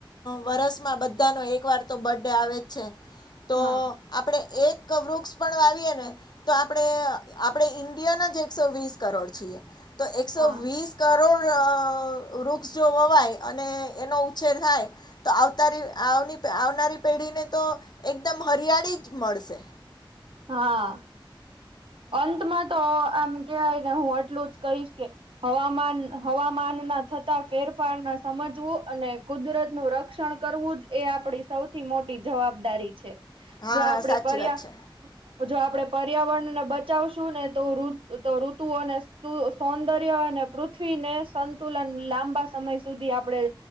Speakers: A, on the left; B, on the right.
A: વરસમાં, બધાનો એક વાર તો બથૅડે આવે જ છે. તો
B: હા
A: આપડે એક વૃક્ષ પણ વાવીએ ને તો આપણે આપણે ઈન્ડિયાના જ એકસો વીસ કરોડ છીએ. તો એકસો
B: હા
A: વીસ કરોડ વૃક્ષ જો વવાય અને એનો ઉછેર થાય તો અવતારી આવની આવનારી પેઢીને તો એકદમ હરિયાળી <unintelligible> મળશે.
B: હા. અંતમાં તો આમ કવાય ને હું એટલું જ કહીશ કે હવામાન હવામાન ના થતા ફેરફાર ના સમજવું અને કુદરતનું રક્ષણ કરવું જ એ આપણી સૌથી મોટી જવાબદારી છે.
A: હા
B: જો આપણે
A: સાચી
B: પર્યા
A: વાત છે.
B: જો આપણે પર્યાવરણને બચાવશું ને તો ઋતુઓને સૌંદર્ય અને પૃથ્વીને સંતુલન સંતુલન, લાંબા સમય સુધી આપડે